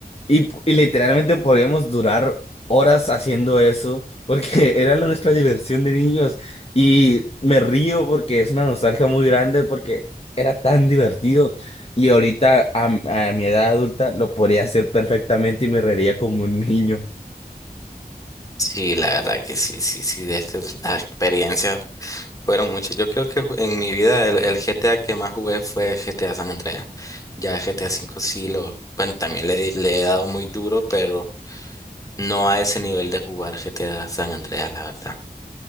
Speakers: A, on the left; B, on the left.
A: Y, y literalmente podíamos durar horas haciendo eso, porque <laughs> era la- nuestra diversión de niños. Y me río porque es una nostalgia muy grande, porque era tan divertido. Y ahorita, a, a mi edad adulta, lo podría hacer perfectamente y me reiría como un <laughs> niño.
B: Sí, la verdad que sí, sí, sí, es que las experiencias fueron muchas. Yo creo que ju- en mi vida el, el GTA que más jugué fue GTA San Andreas. Ya GTA V sí lo, bueno, también le, di- le he dado muy duro, pero no a ese nivel de jugar GTA San Andreas, la verdad.